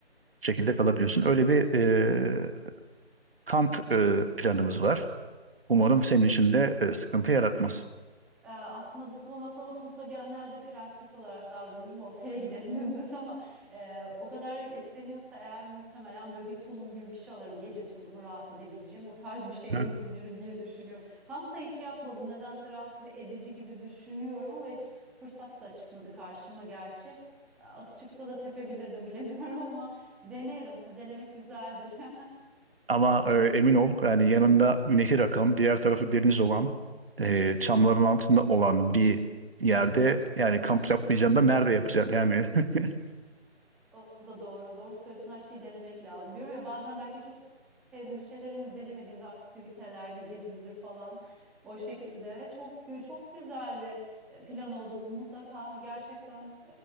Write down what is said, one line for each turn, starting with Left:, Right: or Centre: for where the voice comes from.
Right: şekilde kalabiliyorsun. Öyle bir e, kamp e, planımız var. Umarım senin için de e, sıkıntı yaratmaz.
Centre: Ee, aslında bu konaklama konusunda genelde prenses olarak davranırım ve otele giderim <laughs> dümdüz ama e, o kadar isteniyorsa eğer muhtemelen böyle bir tulum gibi bir şey alırım. Gece tulumu rahat edebileceğim o tarz bir şeyle
Right: Hı.
Centre: <laughs> gelirim diye düşünüyorum. Kampta hiç yapmadım. Nedense rahatsız edici gibi düşünüyorum ama hiç fırsat da çıkmadı karşıma gerçi. Ya, Çıksa da tepebilirdim bilemiyorum <laughs> ama denerim. Denemek güzeldir. <laughs>
Right: Ama e, emin ol yani yanında nehir akan, diğer tarafı deniz olan, e, çamların altında olan bir yerde yani kamp yapmayacaksın da nerede yapacaksın yani. <laughs>
Centre: O da doğru. Doğru söylüyorsun. Her şeyi denemek lazım. Diyorum ya bazen belki çok sevdiğimiz şeyler denemediğimiz aktivitelerde gizlidir falan. O şekilde ve çok gü- çok güzel bir e, plan oldu bu mutlaka. Gerçekten